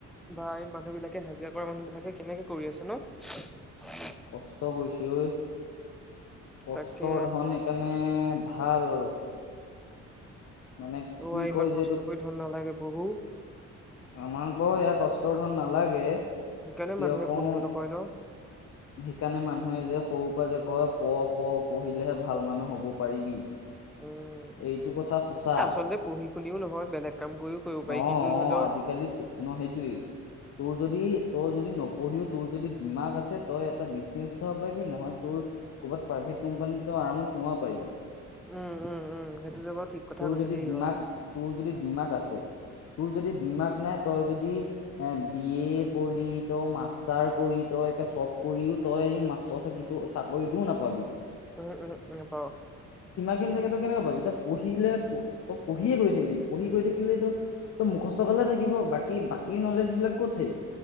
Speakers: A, in the centre; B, on the left.
A: বা এই মানুহ বিলাকে হাজিৰা কৰা মানুহ বিলাকে কেনেকে কৰি আছো ন
B: কষ্ট কৰিছে ঐ কষ্টৰ
A: তাকে
B: ধন সেইকাৰণে ভাল মানে
A: অ
B: কি
A: ইমান
B: কয় যে
A: কষ্ট
B: এইটোক
A: কৰি ধন নালাগে প্ৰভু
B: আমাক বাৰু সেয়া কষ্টৰ ধন নালাগে কিয়
A: সেইকাৰণে মানুহে
B: আকৌ
A: পঢ়িবলৈ কয় ন?
B: সেইকাৰণে মান মানুহে যে সৰুৰ পৰাই যে কয় পঢ় পঢ় পঢ়িলেহে ভাল মানুহ হ'ব পাৰিবি
A: উম
B: এইটো কথা সঁচা
A: আচলতে পঢ়ি শুনিও নহয় বেলেগ কাম কৰিও কৰিব পাৰি
B: অ', অ',
A: কিন্তু ধৰি লও
B: আজিকালি ন সেইটোয়ে তোৰ যদি তৌ যদি নপঢ়িও তোৰ যদি দিমাক আছে তই এটা বিজনেছ উঠাব পাৰিবি নহয় তোৰ ক'ৰবাত প্ৰাইভেট কোম্পানী আৰামত সোমাব পাৰিবি
A: উম উম উম সেইটোতো বাৰু ঠিক কথা
B: তোৰ
A: কৈছো
B: যদি
A: দেই
B: ডিমাক
A: বাৰু
B: তোৰ যদি ডিমাক আছে তোৰ যদি ডিমাগ নাই তই যদি এ বি কৰি তই মাষ্টাৰ কৰি তই চব কৰিও তই মাষ্টৰ চাকিটো চাকৰিতটোও নাপাবি
A: উম উম উম নাপাওঁ
B: ডিমাকে নাথাকে তই কেনেকে পাবি তই পঢ়িলে তই পঢ়িয়ে গৈ থাকিবি পঢ়ি গৈ থাকিলে তো ত মুখস্থ গালহে থাকিব বাক কি বাকী নলেজ বিলাক ক'ত থাকিব